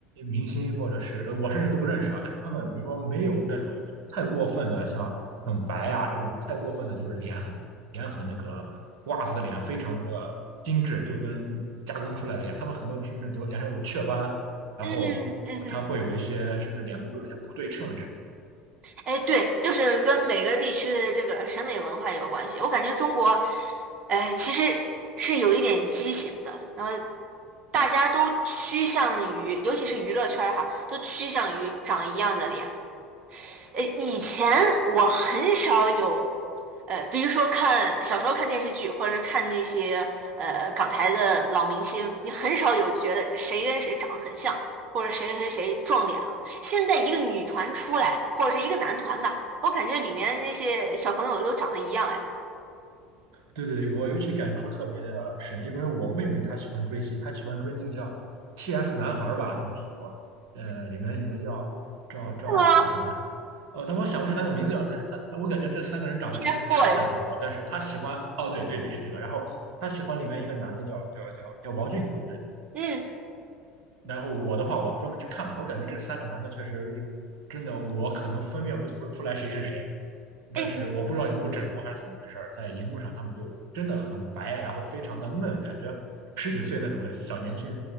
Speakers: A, on the right; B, on the right.
A: 明星或者是呃我甚至都不认识啊，但是他们比如说没有那种太过分的，像很白啊这种太过分的，就是脸很脸很那个瓜子脸，非常的精致，就跟加工出来的一样。他们很多甚至都脸上有雀斑，然后他会有一些甚至脸部会有一些不对称这种。
B: 嗯嗯哼。哎，对，就是跟每个地区的这个审美文化有关系。我感觉中国，哎，其实是有一点畸形的，然后大家都趋向于，尤其是娱乐圈儿哈，都趋向于长一样的脸。呃，以前我很少有，呃，比如说看小时候看电视剧，或者是看那些呃港台的老明星，你很少有觉得谁跟谁长得很像，或者谁跟谁撞脸了。现在一个女团出来，或者是一个男团吧，我感觉里面那些小朋友都长得一样哎。
A: 对对，我尤其感触特别的深，因为我妹妹她喜欢追星，她喜欢追那个叫 TF 男孩儿吧，那个组合，呃，里面有个叫赵赵叫什么？
B: 是吗
A: 哦，但我想不起来那个名字了。但是她，但我感觉这三个人长得其实差不太多，
B: ？TFBOYS，
A: 但是她喜欢，哦，对对对，是这个。然后她喜欢里面一个男的叫叫叫叫王俊凯，对。
B: 嗯，
A: 然后我的话，我专门去看了，我感觉这三个男的确实真的，我可能分辨不出出来谁是谁，
B: 哎，
A: 但是我不知道有没有整容还是怎么回事儿在荧幕上他们就真的很白，
B: 你
A: 然后非常的嫩，感觉十几岁那种小年轻，